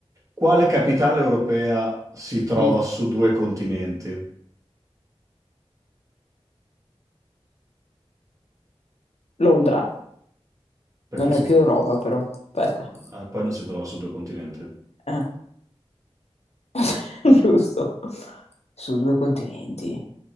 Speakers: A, on the right; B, on the left.
A: Quale capitale europea si trova
B: Mm.
A: su due continenti?
B: Londra.
A: Perché
B: Non
A: si
B: è più
A: trova?
B: Europa, però. Aspetta.
A: Ah, poi non si trova sul due continenti.
B: Eh. <laughs> Giusto. Su due continenti.